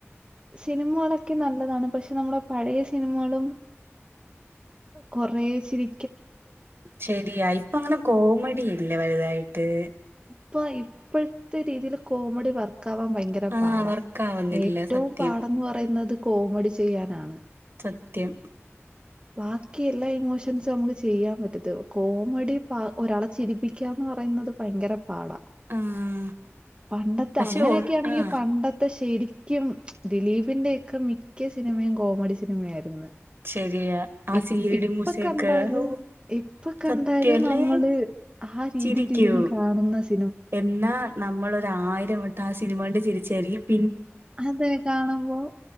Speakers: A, on the right; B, on the right.
A: സിനിമകളൊക്കെ നല്ലതാണ്. പക്ഷെ നമ്മുടെ പഴയ സിനിമകളും കൊറേ ചിരി
B: ശരിയാ ഇപ്പ അങ്ങനെ കോമഡി ഇല്ല വലുതായിട്ട്.
A: ഇപ്പോൾ ഇപ്പോഴത്തെ രീതിയിൽ കോമഡി വർക് കാവാൻ ഭയങ്കര
B: ആഹ്
A: പാടാ.
B: വർക്കാവുന്നില്ല
A: ഏറ്റവും
B: സത്യം
A: പാടെന്ന് പറയുന്നത് കോമഡി ചെയ്യാനാണ്.
B: സത്യം
A: ബാക്കി എല്ലാ ഇമോഷൻസും നമുക്ക് ചെയ്യാൻ പറ്റത് കോമഡി ഒരാളെ ചിരിപ്പിക്കാന്ന് പറയുന്നത് ഭയങ്കര പാടാ
B: ആഹ്
A: പണ്ടത്തെ
B: പക്ഷെ
A: അങ്ങനെയൊക്കെ
B: ഒ
A: ആണെങ്കി
B: ആഹ്
A: പണ്ടത്തെ ശരി ക്കും ദിലീപിന്റെക്ക മിക്ക സിനിമയും കോമഡി സിനിമായിരുന്നു
B: ശരിയാ
A: <unintelligible>
B: ആ സീ
A: എപ്പ
B: ഡി മ്യൂസിക്
A: കണ്ടാലും
B: ഓ
A: ഇപ്പ കണ്ടാലും
B: സത്യല്ലേ
A: നമ്മള് ആ രീതിൽ
B: ചിരിക്കും
A: ഇരുന്ന് കാണുന്ന <unintelligible>
B: എന്നാ നമ്മളൊരു ആയിരം വട്ടം ആ സിനിമ കണ്ട് ചിരി <unintelligible>
A: അതേ കാണുമ്പോ